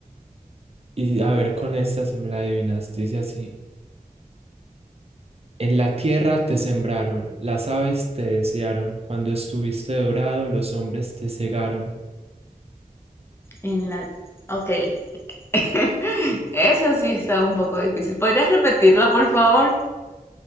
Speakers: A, on the right; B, on the left.
A: y a ver con esta si me la adivinas, dice así. En la tierra te sembraron, las aves te desearon, cuando estuviste dorado los hombres te cegaron.
B: En la... Ok. <laughs> Eso sí está un poco difícil. ¿Podrías repetirlo, por favor?